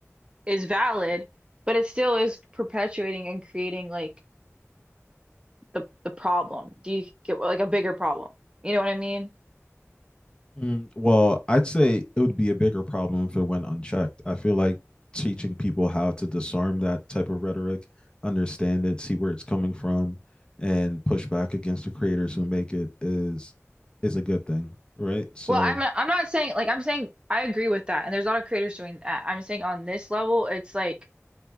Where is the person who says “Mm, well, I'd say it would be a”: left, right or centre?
Left